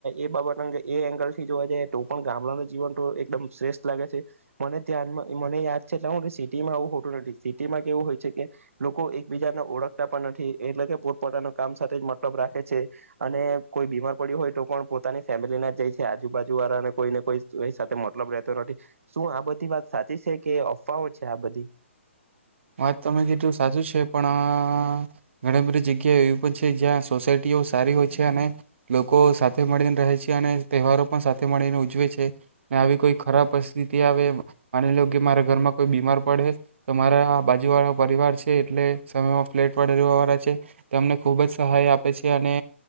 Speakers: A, on the right (about 85°); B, on the right (about 60°).
A: એ બાબત અંગ એ એંગલ થી જોવા જાયે તો પણ ગામડાનું જીવન તો એકદમ શ્રેષ્ઠ લાગે છે મને ધ્યાનમાં મને યાદ છે એટલે સિટીમાં આવું હોતું નથી સિટીમાં કેવું હોય છે કે લોકો એકબીજાને ઓળખતા પણ નથી એટલે કે પોતપોતાનું કામ સાથે જ મતલબ રાખે છે અને કોઈ બીમાર પડ્યું હોય તો પણ પોતાની ફેમિલીના જાય છે આજુબાજુ વાળા અને કોઈને કોઈ સાથે મતલબ રહેતો નથી. શું આ બધી વાત સાચી છે કે અફવાઓ છે આ બધી?
B: વાત તમે કીધું સાચું છે પણ ઘણી બધી જગ્યા એવી પણ છે જ્યાં સોસાયટીઓ સારી હોય છે અને લોકો સાથે મળીને રહે છે અને તહેવારો પણ સાથે મળીને ઉજવે છે અને આવી કોઈ ખરાબ પરિસ્થિતિ આવે માની લો કે મારા ઘરમાં કોઈ બીમાર પડે તો મારા બાજુ વાળો પરિવાર છે એટલે સમયમાં ફ્લેટ વાળે રહેવાવાળા છે તો અમને ખૂબ જ સહાય આપે છે અને